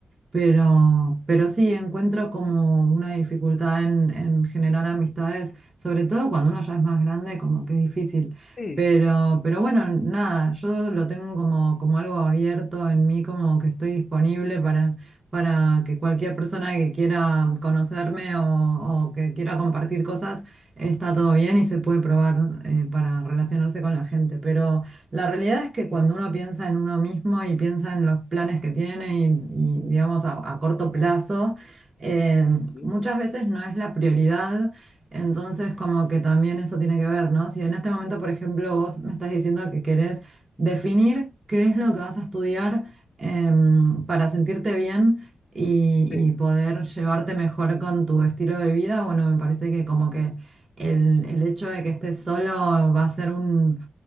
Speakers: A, on the right; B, on the left.
A: Pero, pero sí, encuentro como una dificultad en, en generar amistades, sobre todo cuando uno ya es más grande, como que es difícil.
B: sí,
A: Pero, pero bueno, nada, yo lo tengo como, como algo abierto en mí, como que estoy disponible para, para que cualquier persona que quiera conocerme o, o que quiera compartir cosas, está todo bien y se puede probar eh, para relacionarse con la gente. Pero la realidad es que cuando uno piensa en uno mismo y piensa en los planes que tiene y, y, digamos, a, a corto plazo, eh,
B: sí,
A: muchas veces no es la prioridad. Entonces, como que también eso tiene que ver, ¿no? Si en este momento, por ejemplo, vos me estás diciendo que querés definir qué es lo que vas a estudiar em, para sentirte bien y,
B: sí,
A: y poder llevarte mejor con tu estilo de vida, bueno, me parece que como que el, el hecho de que estés solo va a ser un